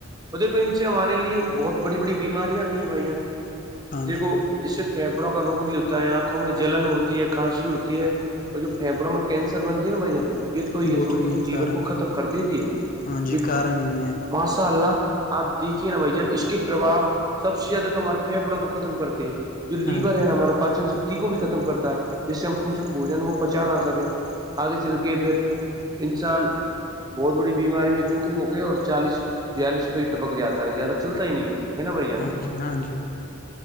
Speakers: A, on the right (about 20°); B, on the left (about 40°).
A: اور دیکھو ان سے ہمارے لیے بہت بڑی بڑی بیماریاں بھی ہیں بھائی جان
B: ہاں
A: دیکھو
B: جی
A: اس سے پھیپڑوں کا روگ بھی ہوتا ہے آنکھوں میں جلن ہوتی ہے کھانسی ہوتی ہے پ جو فپڑا میں کینسر بنتی ہےا بھن یہ تو یہ
B: وہ
A: سمجھو
B: یہی
A: کہ
B: کارن
A: جیون کو ختم کر دے دیے
B: ہاں جی
A: بالکل
B: کارن یہی ہے
A: ماشاء اللہ آپ دیکھیے نا بھ جان اس کے پرباؤ سب سے زیادہ تمہارے پھیپڑوں کو ختم کرتے ہیں جو لیور
B: ہاں جی
A: ہے ن ہمارے پان سک کو بھی ختم کرتا ہے جس سے ہم کچھ بھی بوجن وہ پچا نہ سکیں آگے چل کے پھر انسان بہت بڑی بیماری میں جوخم ہو گئے اور چالیس بیالیس ف ٹپک جاتا ہے زیادہ چلتا ہی نہیں ہے ہے نا بھ جان
B: ہاں جی ہاں جی